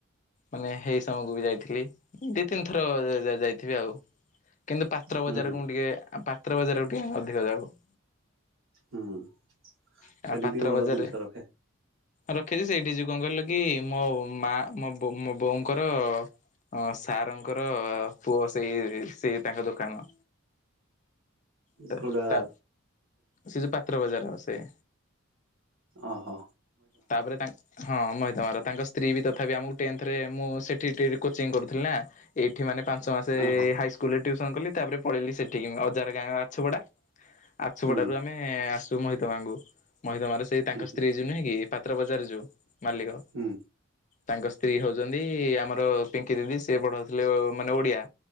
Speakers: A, on the left; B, on the right.
A: ମାନେ ହେଇ ସମୟକୁବି ଯାଇଥିଲି ଦି ତିନି ଥର ଯା ଯାଇଥିବି ଆଉ। କିନ୍ତୁ ପାତ୍ର
B: ହୁଁ
A: ବଜାରକୁ
B: ହୁଁ
A: ମୁଁ ଟିକେ ପାତ୍ର ବଜାରକୁ ଟିକେ ଆମେ ଅଧିକ ଯାଉ।
B: ହୁଁ।
A: ତା
B: ସେଠି
A: ପାତ୍ର
B: ଟିକେ ଭଲ
A: ବଜାରରେ
B: ଜିନିଷ ରଖେ
A: ରଖିଚି ସେଇଠି ଯୋ କଁ କହିଲକି ମୋ ମା ମୋବୋ ମୋବୋଉଙ୍କର ହଁ ସାର୍ଙ୍କର ପୁଅ ସେଇ ଏ ସେଇ ତାଙ୍କ ଦୋକାନ। ତ
B: କୋଉଟା
A: ତା ସେଯୋଉ ପାତ୍ର ବଜାର ସେ।
B: ଅଁ ହଁ।
A: ତାପରେ ତାଙ୍କ ହଁ ମହିତ ମାର ତାଙ୍କ ସ୍ତ୍ରୀବି ତଥାପି ଆମକୁ ଟେନ୍ତରେ ମୁଁ ସେଠି ଟି କୋଚିଂ କରୁଥିଲି ନା। ଏଇଠି ମାନେ ପାଞ୍ଚ ମାସେ ଏ
B: ଓହୋ
A: ହାଇସ୍କୁଲରେ ଟିଉସନ୍ କଲି ତାପରେ ପଳେଇିଲି ସେଠିକି ଅଜାର ଗାଁ ଆଛପଡ଼ା ଆଛୁପଡ଼ାରୁ
B: ହୁଁ
A: ଆମେ ଆସୁ ମହିତ ଗାଁଙ୍କୁ। ମହିତ ମାର ସେଇ ତାଙ୍କ
B: ହୁଁ
A: ସ୍ତ୍ରୀ ଯଉ ନୁହେଁକି ପାତ୍ର ବଜାର ଯଉ ମାଲିକ
B: ହୁଁ
A: ତାଙ୍କ ସ୍ତ୍ରୀ ହଉଚନ୍ତି ଆମର ପିଙ୍କି ଦିଦି ସିଏ ପଢଉଥିଲେ ମାନେ ଓଡ଼ିଆ